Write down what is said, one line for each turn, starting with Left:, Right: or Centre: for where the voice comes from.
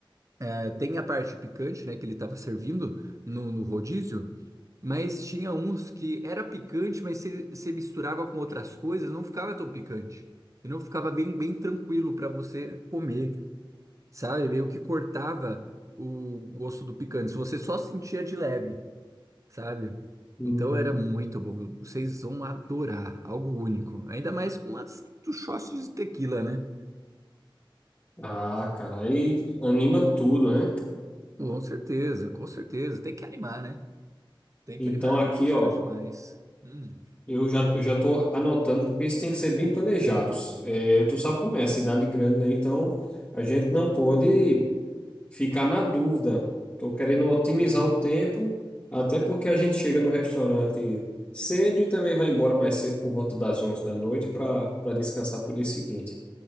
Right: é, tem a parte picante, né? Que ele tava servindo no, no rodízio. Mas tinha uns que era picante, mas você você misturava com outras coisas, não ficava tão picante. E não ficava bem, bem tranquilo pra você comer, sabe? Meio que cortava o gosto do picante. Se você só sentia de leve sabe?
Left: Uhum.
Right: Então era muito bom. Vocês vão adorar, algo único. Ainda mais com as dos shots de tequila, né?
Left: Ah, cara, aí anima tudo, né?
Right: Com certeza, com certeza. Tem que animar, né? Tem
Left: Então
Right: que animar,
Left: aqui,
Right: gostou
Left: ó,
Right: demais. Hum.
Left: eu já, eu já tô anotando, porque isso tem que ser bem planejado. É, tu sabe como é, cidade grande, né? Então a gente não pode. ficar na dúvida. Estou querendo otimizar o tempo, até porque a gente chega no restaurante cedo e também vai embora mais cedo, por volta das 11 da noite, para para descansar para o dia seguinte.